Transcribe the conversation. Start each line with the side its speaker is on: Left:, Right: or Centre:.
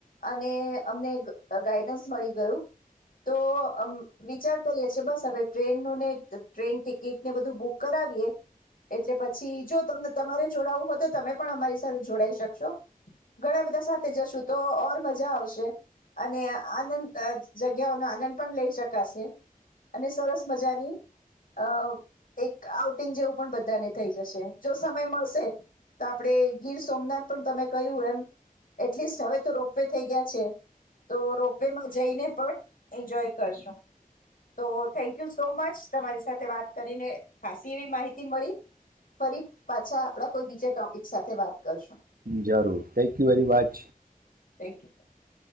Left: અને અમને ગાઈડન્સ મળી ગયું, તો વિચાર કરીએ છે બસ હવે ટ્રેન નું ને ટ્રેન ટિકિટ ને બધું બુક કરાવીએ, એટલે પછી જો ત તમારે જોડાવું હોય તો તમે પણ અમારી સાથે જોડાઈ શકશો, ઘણા બધા સાથે જશો તો ઓર મજા આવશે, અને આનંદ જગ્યાઓનો આનંદ પણ લઈ શકાશે. અને સરસ મજાની અ એક આઉટિંગ જેવું પણ બધાને થઈ જશે, જો સમય મળશે, તો આપણેે ગીર સોમનાથ પણ તમે કહ્યું એમ, એટલીસ્ટ હવે તો રોપવે થઈ ગયા છે, તો રોપવે માં જઈને પણ એન્જોય કરજો. તો થેન્ક યુ સો મચ. તમારી સાથે વાત કરીને ખાસી એવી માહિતી મળી, ફરી પાછા આપડા કોઈ બીજા ટોપિક સાથે વાત કરશું.
Right: જરૂર thank you very much.
Left: Thank you thank you.